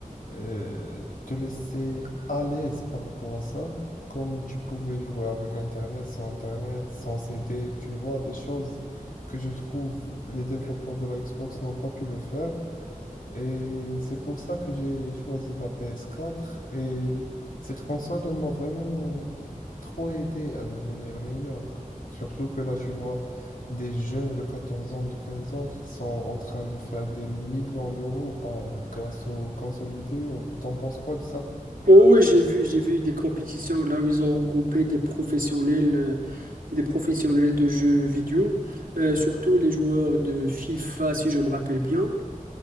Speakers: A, on the left; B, on the right.
A: euh, te laisser à l'aise par rapport à ça, comme tu pouvais jouer avec Internet, sans Internet, sans CD, tu vois, des choses que je trouve les développeurs de la Xbox n'ont pas pu le faire. Et c'est pour ça que j'ai choisi la PS4. Et cette console, elle m'a vraiment trop aidé à devenir meilleur. Surtout que là, tu vois des jeunes de 14 ans, de 15 ans qui sont en train de faire des millions d'euros par- grâce aux consoles vidéo. T'en penses quoi de ça?
B: Oh, oui, j'ai vu, j'ai vu des compétitions là où ils ont regroupé des professionnels, euh, des professionnels de jeux vidéo, euh, surtout les joueurs de FIFA, si je me rappelle bien